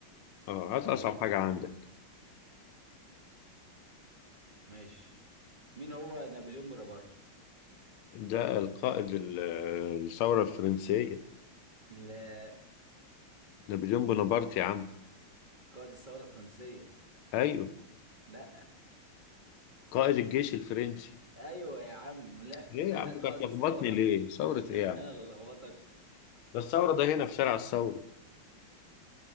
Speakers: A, on the left; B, on the right.
A: اه هات
B: آه
A: أصعب حاجة عندك
B: ماشي مين هو نابليون بونابرت؟
A: ده القائد ال- الثورة الفرنسية
B: لا
A: نابليون بونابرت يا عم
B: قائد الثورة الفرنسية
A: أيوه
B: لا
A: قائد الجيش الفرنسي
B: أيوة يا عم لا
A: ليه
B: <laughs>
A: يا عم انت
B: قائد
A: بتلخبطني
B: الثورة
A: ليه ثورة ايه يا عم
B: أنا اللي لخبطك
A: ده الثورة ده هنا في شارع الثورة